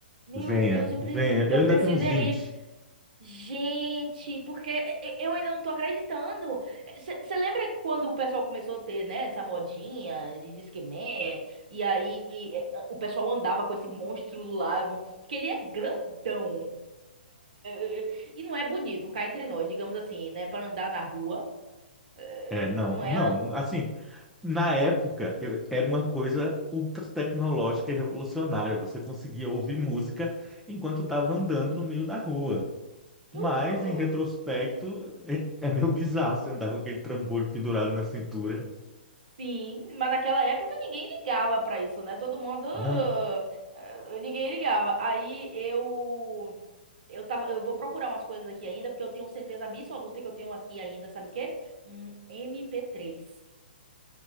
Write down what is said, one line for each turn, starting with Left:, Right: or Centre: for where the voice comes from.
Right: Meu
Centre: Venha,
Right: Deus, eu,
Centre: venha.
Right: pre- eu
Centre: Eu ainda
Right: preciso
Centre: tenho uns
Right: ir aí.
Centre: 20.
Right: Gente, porque e- eu ainda não tô acreditando. Você lembra quando o pessoal começou a ter, né, essa modinha de Disque Man? E aí eh, o pessoal andava com esse monstro do lado, porque ele é grandão. <laughs> E não é bonito, cá entre nós, digamos assim, né, pra andar na rua. Eh,
Centre: É, não,
Right: Não
Centre: não,
Right: é?
Centre: assim, Na época, eu- era uma coisa ultra tecnológica e revolucionária. Você conseguia ouvir música enquanto estava andando no meio da rua.
Right: Não,
Centre: Mas, em retrospecto, é, é meio bizarro você andar com aquele trambolho pendurado na cintura.
Right: sim, mas naquela época ninguém ligava pra isso, né? Todo mundo,
Centre: Não,
Right: eh, ninguém ligava. Aí eu eu tava, eu vou procurar umas coisas aqui ainda, porque eu tenho certeza absoluta que eu tenho aqui ainda, sabe o quê? Um mp três